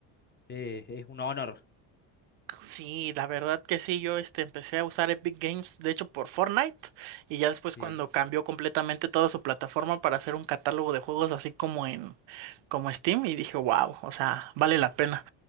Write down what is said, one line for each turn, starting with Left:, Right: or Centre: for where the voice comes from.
Left: Eh, es un honor.
Right: Sí, la verdad que sí, yo este empecé a usar Epic Games, de hecho por Fortnite, y ya después
Left: Sí,
Right: cuando cambió completamente toda su plataforma para hacer un catálogo de juegos así como en como Steam y dije, "Wow, o sea, vale
Left: claro.
Right: la pena."